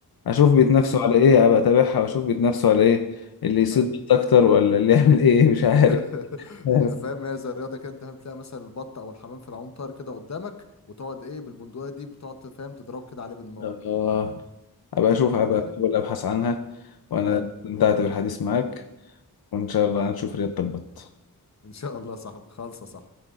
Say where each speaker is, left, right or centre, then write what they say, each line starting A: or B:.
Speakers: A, on the left; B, on the left.
A: اشوف بيتنافسوا على ايه ابقى اتابعها واشوف بيتنافسوا على ايه اللي يصيد
B: حلو
A: بيت اكتر ولا اللي <laughs> يعمل ايه مش عارف
B: <laughs>
A: <laughs>
B: انت
A: بس
B: فاهم هي زي الرياضه كده انت فاهم تلاقي مثلا البط او الحمام في العوم طاير كده قدامك وتقعد ايه بالبندقيه دي بتقعد فاهم تضرب كده عليه بالنار
A: اه ابقى اشوف ابقى
B: انت فاهم
A: احاول ابحث عنها وانا
B: حلو
A: استمتعت بالحديث معاك وان شاء الله هنشوف رياضة البط
B: ان شاء الله صح خالصه صح